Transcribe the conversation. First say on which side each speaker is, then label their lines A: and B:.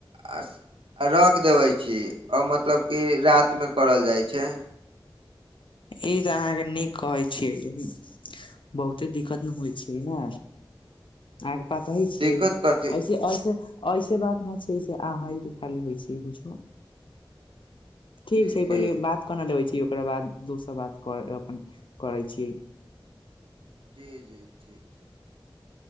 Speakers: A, on the right; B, on the left.
A: आ आ रख देबै छी ओ मतलब कि रातमे करल जाय छैय।
B: ई त अहाँके नीक कहय छियै। बहुते दिकत ने होय छैय ने। अहांके पताहे छियै
A: दिक्कत कथी
B: ऐसे ऐसे ऐसे बात न छै से अहाँ आर के खाली होय छैय कुछो। ठीक
A: जी
B: छैय
A: जी
B: पहिले बात क ने लेबै छी ओकर बाद दोसर बात कर अपन करै छी।
A: जी जी ठीक ठीक।